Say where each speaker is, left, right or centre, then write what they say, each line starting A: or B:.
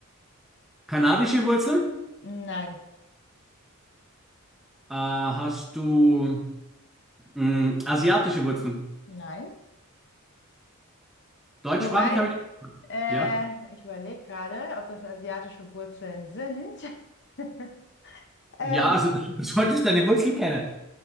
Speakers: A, in the centre; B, on the left (about 50°).
A: Kanadische Wurzeln?
B: nein,
A: Äh, hast du mh, asiatische Wurzeln?
B: nein.
A: Deutschsprachig
B: Wobei,
A: habe ich.
B: äh,
A: Ja.
B: ich überlege gerade, ob das asiatische Wurzeln sind. <laughs> Ähm,
A: Ja, also <laughs> du solltest deine Wurzeln kennen.